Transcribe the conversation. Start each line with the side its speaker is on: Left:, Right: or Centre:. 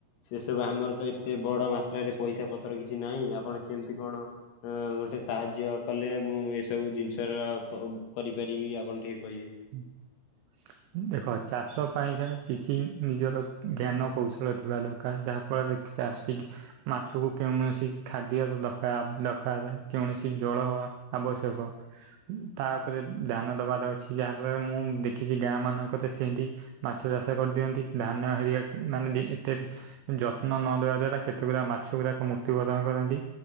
Left: ସେସବୁ ଆମର ତ ଏତେ ବଡ ମାତ୍ରାରେ ପଇସା ପତ୍ର କିଛି ନାହିଁ। ଆପଣ କେମିତି କଣ ଅ, <unintelligible> ସାହାଯ୍ୟ କଲେ ମୁଁ ଏସବୁ ଦିନିଷର କ-କରିପାରିବି ଆପଣ ଟିକେ କହିବେ।
Right: ହୁଁ। ଦେଖ ଚାଷ ପାଇଁକା କିଛି ନିଜର ଜ୍ଞାନ କୌଶଳ ଥିବା ଦରକାର, ଯାହା ଫଳରେ କି ଚାଷି କି ମାଛକୁ କେଉଣସି ଖାଦ୍ୟ ଦକା ଦରକାର କେଉଣସି ଜଳ ଆବଶ୍ୟକ। ତା ଉପରେ ଧ୍ୟାନ ଦବା ର ଅଛି, ଯାହା ଫଳରେ ମୁଁ ଦେଖିଚି ଗାଁ ମାନଙ୍କରେ ସେମତି ମାଛ ଚାଷ କରିଦିଅନ୍ତି, ଧାନ ହେରିକା ଉଁ, ମାନେ ଡେ ଏତେ ଯତ୍ନ ନ ଦେବା ଦ୍ଵାରା କେତେଗୁରା ମାଛଗୁରାକ ମୃତ୍ୟୁବରଣ କରନ୍ତି।